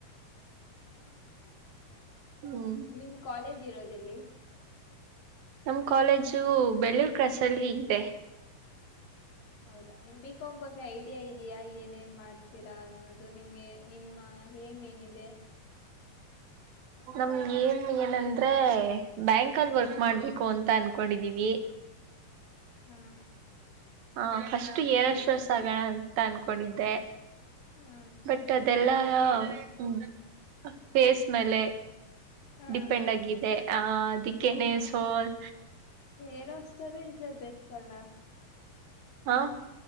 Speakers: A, on the left; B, on the right.
A: ಹ್ಮ್
B: ಹ್ಮ್
A: ನಿಮ್ ಕಾಲೇಜ್ ಇರೋದೆಲ್ಲಿ.
B: ನಮ್ ಕಾಲೇಜು ಬೆಳ್ಳೂರ್ ಕ್ರಸ್ ಅಲ್ಲಿ ಇದೆ.
A: ಹೌದಾ ನಿಮ್ ಬಿಕಮ್ ಬಗ್ಗೆ ಐಡಿಯಾ ಇದೆಯಾ ಏನೇನ್ ಮಾಡ್ತೀರಾ ಅನ್ನೋದು ನಿಮ್ ನಿಮ್ಮ ಏಮ್ ಏನಿದೆ.
B: ನಮ್ಗೆ ಏನ್ ಏನಂದ್ರೆ ಬ್ಯಾಂಕ್ ಅಲ್ಲಿ ವರ್ಕ್ ಮಾಡ್ಬೇಕು ಅಂತ ಅನ್ಕೊಂಡಿದೀವಿ.
A: ಹಾ
B: ಹ ಫಸ್ಟ್ ಏರ್ ಹೋಸ್ಟ್ರೆಸ್ ಆಗೋಣ ಅಂತ ಅನ್ಕೊಂಡಿದ್ದೆ
A: ಹಾ
B: ಬಟ್ ಅದ ದೆಲ್ಲ. ಹ್ಮ ಫೇಸ್ ಮೇಲೆ
A: ಹಾ
B: ಡಿಪೆಂಡ್ ಆಗಿದೆ. ಅ ಅದಿಕ್ಕೆನ ಸೋಲ್
A: ಏರ್ ಹೋಸ್ಟರ್ ಈಗ ಬೆಸ್ಟ್ ಅಲ.
B: ಹಾ